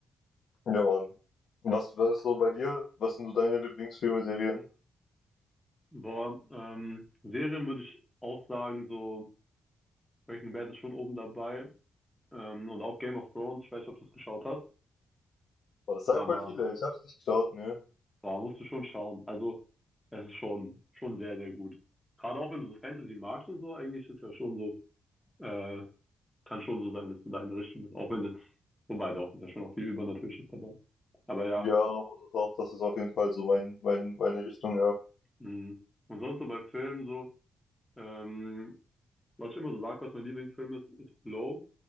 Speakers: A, on the left; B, in the centre.
A: ja, Mann. Was, was ist so bei dir? Was sind so deine Lieblingsfilme, Serien?
B: Boah, ähm, Serien würde ich auch sagen, so Breaking Bad ist schon oben dabei. Ähm, und auch Game of Thrones, ich weiß nicht, ob du es geschaut hast,
A: Boah, das sagen
B: aber
A: voll viele. Ich hab's nicht geschaut, ne?
B: boah, musst du schon schauen. Also, es ist schon, schon sehr, sehr gut. Gerade auch wenn du so Fantasy magst und so, eigentlich ist ja schon so, äh, kann schon so sein, dass du da in der Richtung bist. Auch wenn jetzt, wobei doch, ist ja schon auch viel Übernatürliches dabei. Aber ja,
A: Ja, aber das auch, das ist auf jeden Fall so mein, mein, meine Richtung, ja.
B: mh. Und sonst so bei Filmen so, ähm, was ich immer so sage, was mein Lieblingsfilm ist, ist Blow.